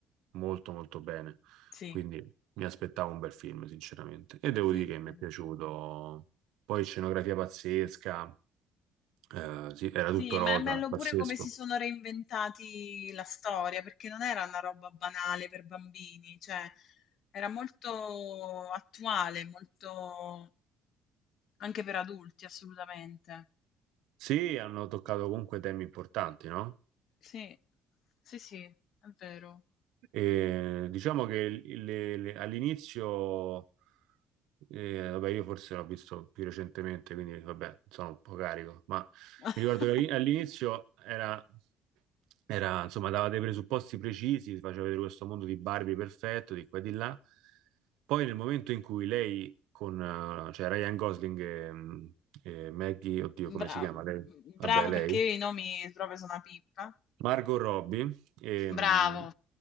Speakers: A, on the right (about 85°); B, on the left (about 55°).
A: molto molto bene,
B: Sì,
A: quindi mi aspettavo un bel film, sinceramente, e devo
B: sì,
A: dire che mi
B: sì.
A: è piaciuto. Poi scenografia pazzesca, eh, sì, era
B: Sì,
A: tutto rosa,
B: ma è bello
A: pazzesco.
B: pure come si sono reinventati la storia, perché non era una roba banale per bambini, cioè era molto attuale, molto anche per adulti, assolutamente.
A: Sì, hanno toccato comunque temi importanti, no?
B: Sì, sì, sì, è vero.
A: E diciamo che le- le- all'inizio, eh, vabbè, io forse l'ho visto più recentemente, quindi vabbè, sono un po' carico, ma
B: <laughs>
A: mi ricordo che all'inizio era, era, insomma, dava dei presupposti precisi, ti faceva vedere questo mondo di Barbie perfetto, di qua e di là. Poi nel momento in cui lei con, eh, cioè Ryan Gosling e, mm, e Maggie, oddio,
B: Bravo,
A: come si chiama lei? Vabbè,
B: bravo
A: lei.
B: perché io i nomi proprio sono una pippa.
A: Margot Robbie ehm,
B: Bravo,